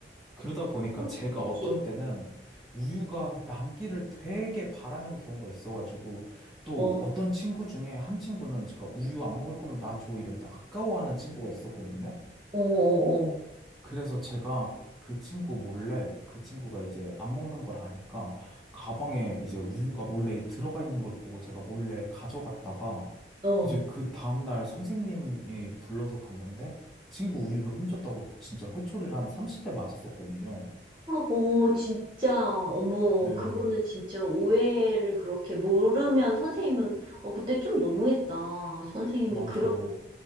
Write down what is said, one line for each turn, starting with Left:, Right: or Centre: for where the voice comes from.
Centre: 그러다 보니까
Right: 어,
Centre: 제가
Right: 그치.
Centre: 어떤 때는 우유가 남기를 되게 바라는 경우가 있어가지고, 또
Right: 어, 어,
Centre: 어떤 친구 중에 한 친구는 제가 우유 안 먹을 거면 나 줘 이랬는데 아까워하는 친구가 있었거든요.
Right: 어,
Centre: 그래서 제가 그 친구 몰래 그 친구가 이제 안 먹는 걸 아니까 가방에 이제 우유가 몰래 들어가 있는 걸 보고 제가 몰래 가져갔다가
Right: 어. 어.
Centre: 이제 그 다음날 선생님이 불러서 갔는데 친구 우유를 훔쳤다고 진짜 회초리를 한 30대 맞았었거든요.
Right: 어, 진짜, 어머,
Centre: 네,
Right: 그거는 진짜 오해를 그렇게 모르면 선생님은, 어, 그때 좀 너무했다. 선생님이
Centre: 맞아요.
Right: 그런,